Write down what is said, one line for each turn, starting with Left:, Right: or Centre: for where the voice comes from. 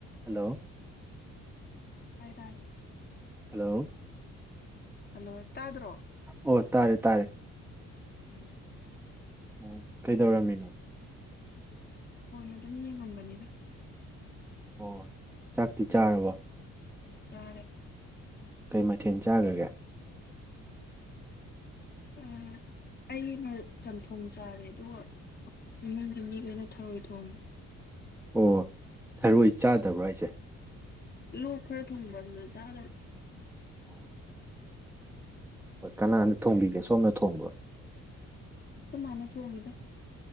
Centre: Hello
Left: ꯇꯥꯏ ꯇꯥꯏ
Centre: hello
Left: hello ꯇꯥꯗ꯭ꯔꯣ
Centre: ꯑꯣ ꯇꯥꯔꯦ ꯇꯥꯔꯦ
Left: ꯎꯝ
Centre: ꯑꯣ ꯀꯩꯗꯧꯔꯝꯃꯤꯅꯣ
Left: ꯐꯣꯟ ꯑꯗꯨꯝ ꯌꯦꯡꯉꯝꯕꯅꯤꯗ
Centre: <unintelligible> ꯆꯥꯛꯇꯤ ꯆꯥꯔꯕꯣ
Left: ꯆꯥꯔꯦ
Centre: ꯀꯩ ꯃꯊꯦꯟ ꯆꯥꯒ꯭ꯔꯒꯦ
Left: ꯑ ꯑꯩꯅ ꯆꯝꯊꯣꯡ ꯆꯥꯔꯦ ꯑꯗꯨꯒ ꯏꯃꯨꯡꯒꯤ ꯃꯤ ꯂꯣꯏꯅ ꯊꯔꯣꯏ ꯊꯣꯡꯉꯦ
Centre: ꯑꯣ ꯊꯔꯣꯏ ꯆꯥꯗꯕ꯭ꯔꯥ ꯍꯥꯏꯖꯦ
Left: ꯂꯣꯛ ꯈꯔ ꯊꯨꯡꯕ ꯑꯗꯨꯗ ꯆꯥꯗꯕ
Centre: ꯑꯣ ꯍꯣꯏ ꯀꯅꯥꯅ ꯊꯣꯡꯕꯤꯒꯦ ꯁꯣꯝꯅ ꯊꯣꯡꯕ꯭ꯔꯣ
Left: ꯑꯈꯣꯏ ꯃꯥꯅ ꯊꯣꯡꯉꯤꯗ